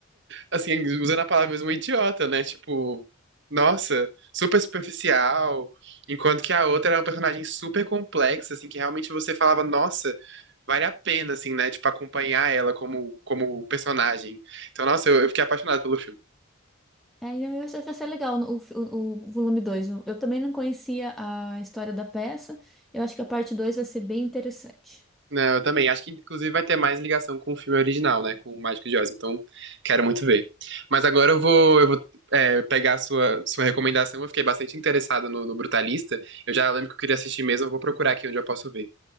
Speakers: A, on the right; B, in the centre.
A: assim, usando a palavra mesmo, um idiota, né? Tipo, nossa, super superficial. Enquanto que a outra era uma personagem super complexa, assim, que realmente você falava, nossa, vale a pena, assim, né? Tipo, acompanhar ela como, como personagem. Então, nossa, eu, eu fiquei apaixonado pelo filme.
B: Aí eu acho que vai ser legal o, fi- o, o volume dois Eu eu também não conhecia a história da peça. Eu acho que a parte 2 vai ser bem interessante.
A: Né, eu também. Acho que, inclusive, vai ter mais ligação com o filme original, né? Com o Mágico de Oz. Então, quero muito ver. Mas agora eu vou, eu vou é, pegar a sua, sua recomendação. Eu fiquei bastante interessado no, no Brutalista. Eu já lembro que eu queria assistir mesmo. Eu vou procurar aqui onde eu posso ver.